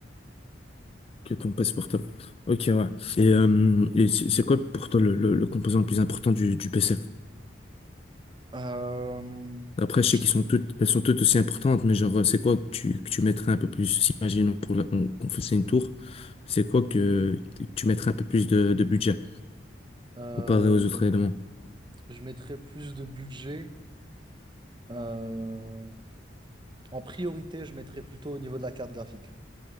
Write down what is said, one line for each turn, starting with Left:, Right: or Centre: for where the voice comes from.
Left: que ton passe portable. Ok, ouais. Et, euh, et c'est c'est quoi pour toi le, le, le composant le plus important du, du PC?
Right: Euh,
Left: Après, je
Right: je...
Left: sais qu'ils sont toutes, elles sont toutes aussi importantes, mais genre, c'est quoi que tu, que tu mettrais un peu plus, si imaginons pour la- qu'on qu'on faisait une tour, c'est quoi
Right: Mhm.
Left: que, que tu mettrais un peu plus de, de budget
Right: Euh,
Left: comparé aux autres éléments?
Right: je mettrais plus de budget. euh, En priorité, je mettrais plutôt au niveau de la carte graphique.